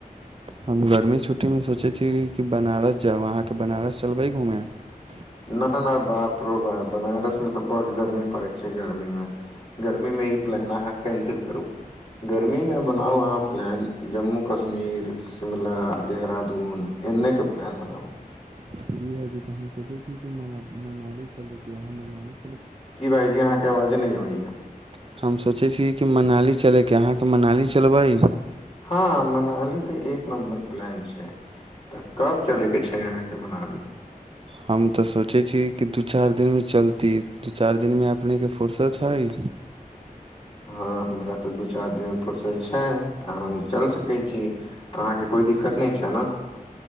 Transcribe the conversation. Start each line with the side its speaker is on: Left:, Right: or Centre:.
Right: हम गर्मी छुट्टी मे सोचय छी कि बनारस जाउ अहाँके बनारस चलबै घूमे
Left: न न बाप रो बाप बनारस मे तऽ बड गर्मी पड़ै छै गर्मी मे गरमी मी मे ई प्लान अहाँ कैंसिल करू गर्मीमे ओनाहूँ अहाँ प्लान जम्मू कश्मीर शिमला देहरादुन एने के प्लान बनाबू
Right: जी भाइजी तऽ <inaudible>
Left: की भाइजी अहाँके आवाजे नै अबैया
Right: हम सोचै छी की मनाली चलैके अहाँके मनाली चलबै
Left: हँ मनाली तऽ एक नम्बर प्लान छै तऽ कब चलैयके छै अहाँके मनाली
Right: हम तऽ सोचै छियै की दू चारि दिनमे चलती दू चारि दिनमे अपनेके फुर्सत हइ
Left: हँ हमरा तऽ दू चारि दिन फुरसत छै आ हम चलि सकै छी अहाँकेँ कोइ दिक्कत नहि छै न